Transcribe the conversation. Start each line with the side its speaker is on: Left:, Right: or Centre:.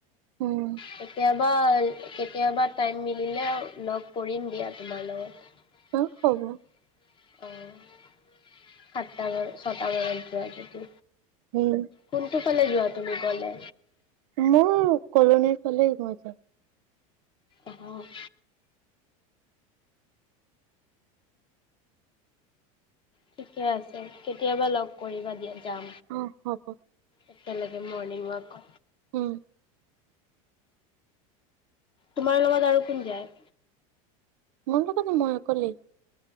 Right: উম
Left: কেতিয়াবা, কিয়বা টাইম নিমি, লেও লগ কৰিম দিয়া, তোমাৰ লগত।
Right: অ হ'ব।
Left: <unintelligible> সাতটা মান, ছটা মানত, যোৱা যদি
Right: উম
Left: কোনটো ফালে যোৱা তুমি গলে?
Right: মোৰ কলনীৰ ফালেই যাওঁ।
Left: আহ', ঠিকে আছে, কেতিয়াবা লগ কৰিবা দিয়া যাম।
Right: অ', হ'ব।
Left: একেলগে মৰ্ণিং ৱাক,
Right: উম',
Left: তোমাৰ লগত আৰু কোন যায়?
Right: মই নো কও পাওঁ মই একলে